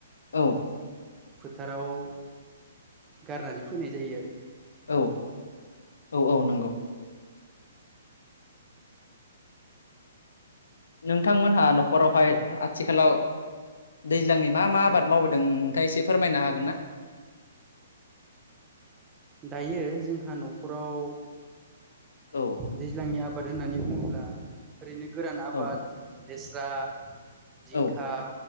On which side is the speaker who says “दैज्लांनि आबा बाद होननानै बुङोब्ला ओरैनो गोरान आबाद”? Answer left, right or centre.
Right